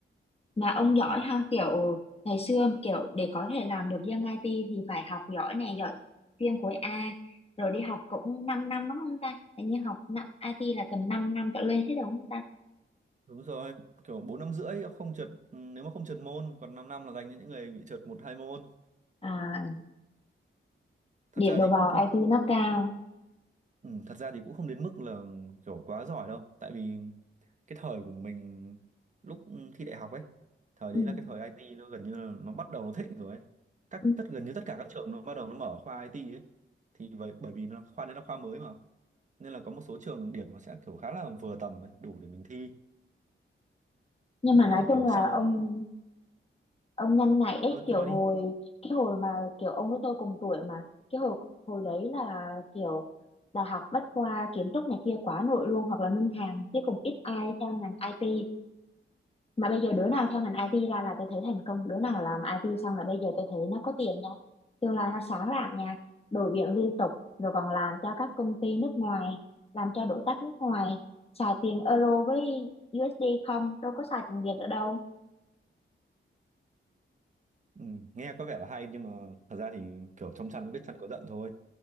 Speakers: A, on the left; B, on the right.
A: mà ông giỏi
B: thì
A: ha kiểu ngày xưa kiểu để có thể làm được dân IT thì phải học giỏi nè giỏi chuyên khối A rồi đi học cũng 5 năm đúng không ta hình như học năm- IT là tầm 5 năm trở lên hết rồi đúng không ta
B: Đúng rồi, kiểu 4 năm rưỡi không trượt ừ, nếu mà không trượt môn, còn 5 năm là dành cho những người bị trượt một hai môn.
A: à,
B: Thật
A: điểm
B: ra
A: đầu
B: thì
A: vào
B: cũng không
A: IT nó cao
B: ừ, thật ra thì cũng không đến mức là kiểu quá giỏi đâu, tại vì cái thời của mình lúc ừ, thi đại học ấy, thời
A: ừ.
B: đấy là cái thời IT nó gần như là nó bắt đầu nó thịnh rồi ấy. Các
A: ừ.
B: tất gần như tất cả các trường nó bắt đầu nó mở khoa IT ấy. Thì bởi bởi vì nó khoa đấy là khoa mới mà, nên là có một số trường điểm nó sẽ kiểu khá là vừa tầm ấy, đủ để mình thi.
A: nhưng
B: Nhưng
A: mà nói
B: mà
A: chung
B: kiểu
A: là
B: sau
A: ông ông nhanh nhạy đấy
B: ơ
A: kiểu
B: cứ nói
A: hồi
B: đi.
A: cái hồi mà kiểu ông với tôi cùng tuổi mà cái hồi hồi đấy là kiểu đại học bách khoa kiến trúc này kia quá nổi luôn hoặc là ngân hàng chứ cũng ít ai theo ngành IT mà bây giờ đứa nào theo ngành IT ra là tôi thấy thành công đứa nào làm IT xong là bây giờ tôi thấy nó có tiền nha tương lai nó sáng rạng nha đổi việc liên tục rồi còn làm cho các công ty nước ngoài làm cho đối tác nước ngoài xài tiền euro với USD không đâu có xài tiền Việt nữa đâu
B: Ừ, nghe có vẻ là hay nhưng mà thật ra thì kiểu trong chăn mới biết chăn có giận thôi